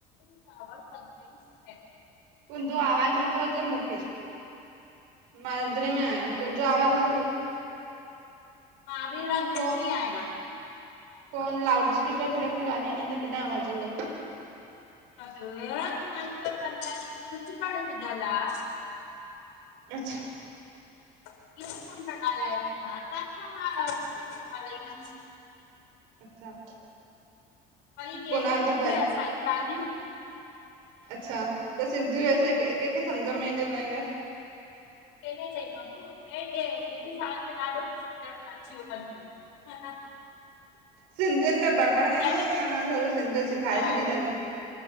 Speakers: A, on the left (about 80°); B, on the right (about 80°).
A: <unintelligible>
B: तुंहिंजो आवाज़ नथो अचे मूंखे मां रंधिणे में आहियां तुंहिंजो आवाज नथो अचे।
A: मां बिे रंधिणे
B: फो
A: में ई आहियां।
B: फोन लाउड स्पीकर ते रखी ॻाल्हाईंदी त किथां आवाज़ु ईंदो।
A: <unintelligible>
B: अच्छा।
A: <unintelligible>
B: अच्छा।
A: वरी ॿियो केरु
B: कुनाल त
A: ॿुधे
B: ॻाल
A: असांजी ॻाल्हियूं।
B: अच्छा त सिंधी वैसे कंहिंखे सम्झ में ईंदो तव्हांजे घर।
A: केॾे चईं मां हेेढ साल में ॾाढो कुझ सम्झण में अची वियो अथनि। हम्म
B: सिंधियुनि में बड़बड़
A: सम्झाए
B: कनीयूं आहिनि या सॼी सिंधी सेखारे
A: हा
B: छॾी अथनि।